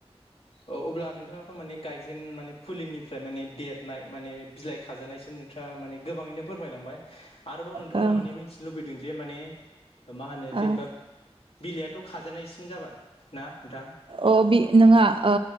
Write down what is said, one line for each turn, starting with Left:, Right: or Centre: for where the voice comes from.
Left: ओ अब्ला नोंथाङाथ' माने गायजेन माने फुलिनिफ्राय माने देरनाय माने बिलाइ खाजानायसिम नोंथां माने गोबाङैनो फोरमायलांबाय। आरोबाव नोंथांनाव
Right: औ
Left: माने मिथिनो लुबैदों जे माने मा होनो जेनेबा
Right: ओ
Left: बिलाइआथ' खाजानायसिम जाबाय ना नोंथां
Right: अ बि नोङा ओ